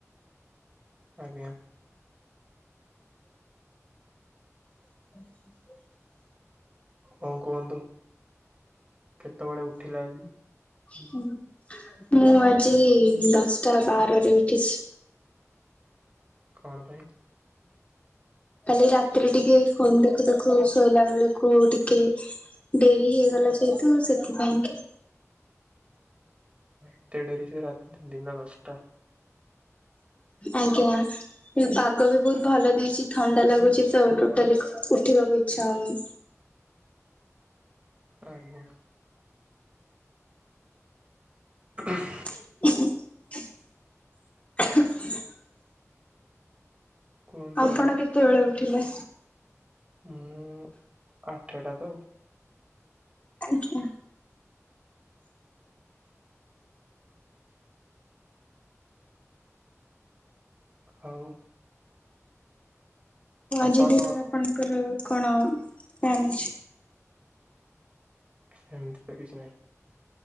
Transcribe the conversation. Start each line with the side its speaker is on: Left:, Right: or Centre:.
Right: ଆଜ୍ଞା।
Left: ହ <inaudible>
Right: କଣ କୁହନ୍ତୁ, କେତେବେଳେ ଉଠିଲେ ଆଜି।
Left: ହୁଁ ମୁଁ ଆଜି ଦଶଟା ବାରରେ ଉଠିଛି।
Right: କଣ ପାଇଁ?
Left: କାଲି ରାତିରେ ଟିକେ, ଫୋନ ଦେଖୁ ଦେଖୁ ଶୋଇଲା ବେଳକୁ ଟିକେ। ଡେରି ହେଇଗଲା ଯେହେତୁ ସେଥିପାଇଁ କି।
Right: ଏତେ ଡେରି ଯେ ରାତି ଦିନ ଦଶଟା।
Left: ଆଜ୍ଞା, ପାଗ ବି ବହୁତ ଭଲ ଦେଇଛି ଥଣ୍ଡା ଲାଗୁଛି ସେଉଠୁ। କଇଲି କି ଉଠିବାକୁ ଇଚ୍ଛା ହଉନି।
Right: ଆଜ୍ଞା। ଅ <inaudible>
Left: <inaudible>
Right: କୁହନ୍ତୁ
Left: ଆପଣ କେତେବେଳେ ଉଠିଲେ?
Right: ହୁଁ ଆଠେଟା ତ ଆଉ।
Left: ଆଜ୍ଞା।
Right: ଆଉ।
Left: ଆଜି
Right: ଆପଣ
Left: ଦିନ ରେ ଆଣଙ୍କର। କଣ ବନୁଛି।
Right: ସେମିତି ତ କିଛି ନାହିଁ,